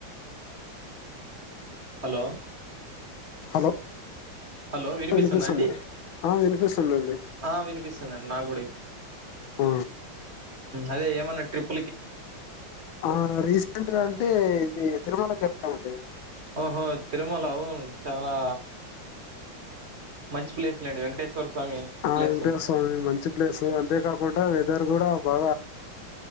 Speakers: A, on the right; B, on the left.
A: హలో
B: హలో
A: హలో వినిపిస్తుందా
B: వినిపిస్తుంది
A: అండి
B: ఆ వినిపిస్తుందండి
A: ఆ వినిపిస్తుందండి నాకు
B: ఉ
A: అదేమన్నా ట్రిప్
B: ఆ రీసెంట్ గా అంటే ఇది తిరుమలకి వెళ్తామండి
A: హ తిరుమల వు చాలా మంచి ప్లేస్‌లెండి వెంకటేశ్వర స్వామి
B: ఆ
A: ప్లేసు.
B: ఏమిట స్వామి మంచి ప్లేసు అంతే కాకుండా వెదర్ కూడా బా